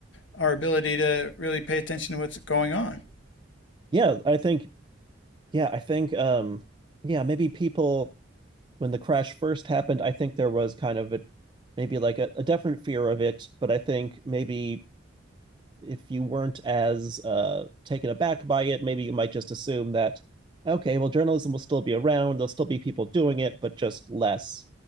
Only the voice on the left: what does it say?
our ability to really pay attention to what's going on.